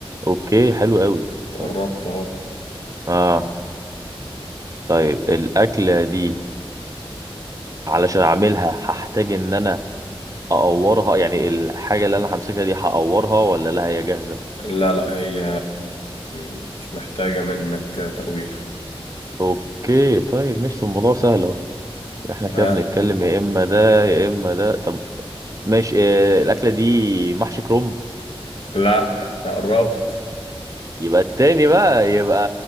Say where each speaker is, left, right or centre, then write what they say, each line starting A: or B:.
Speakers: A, on the right; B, on the left.
A: أوكي حلو قوي
B: تقربت
A: طيب
B: اه
A: آه طيب الأكلة دي علشان اعملها هحتاج ان انا اقورها يعني الحاجه اللي انا همسكها دي هقورها ولا لا هي جاهزه
B: لا لا هي مش محتاجه منك تقوير
A: اوكي طيب ماشي طب الموضوع سهل اهو احنا كده
B: اه
A: بنتكلم يا اما ده يا اما ده طب ماشي آه، الاكله دي محشي كرنب
B: لا قربت
A: يبقى التاني بقى يبقى